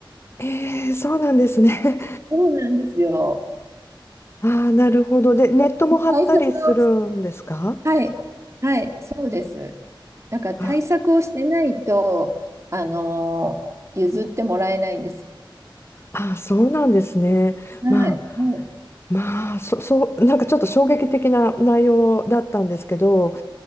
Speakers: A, on the left; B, on the right.
A: ええ、ええそうなんですね。
B: そうなんですよ。
A: <laughs> ああ、なるほど。で、ネットも張ったりするんですか
B: 対策をし、はい、はい、そうです。だから対策をしてないと、
A: あ、
B: あの、譲ってもらえないんです。
A: あ、そうなんですね。
B: はい、
A: まあ、
B: はい、
A: まあ、そ、そう、なんかちょっと衝撃的な内容だったんですけど、